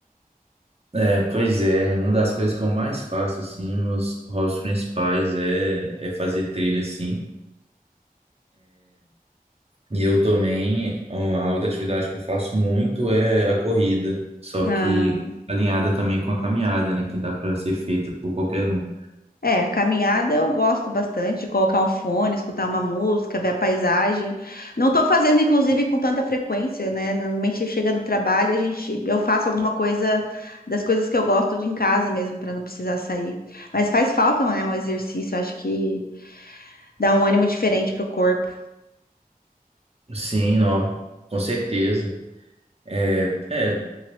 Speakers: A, on the right; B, on the left.
A: É, é, pois é, uma das coisas que eu mais faço, assim, os hobbies principais é, é fazer trilha, assim. E eu também, a a outra atividade que eu faço muito é a corrida, só
B: Ah,
A: que alinhada também com a caminhada, né, que dá para ser feita por qualquer um.
B: é, caminhada eu gosto bastante de colocar um fone, escutar uma música, ver a paisagem. Não tô fazendo, inclusive, com tanta frequência, né? Normalmente chega do trabalho, a gente, eu faço alguma coisa das coisas que eu gosto de em casa mesmo, para não precisar sair. Mas faz falta, né, um exercício, acho que dá um ânimo diferente pro corpo.
A: Sim, ó, com certeza. É, é,